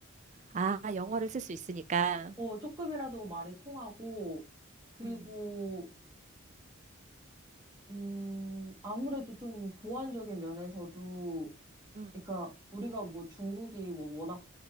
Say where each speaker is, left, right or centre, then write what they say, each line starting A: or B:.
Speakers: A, on the right (about 35°); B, on the right (about 20°).
A: 아, 영어를 쓸 수 있으니까.
B: 어, 조금이라도 말이 통하고, 그리고,
A: 음,
B: 음, 아무래도 좀 보완적인 면에서도,
A: 음,
B: 그러니까 우리가 뭐 중국이 뭐 워낙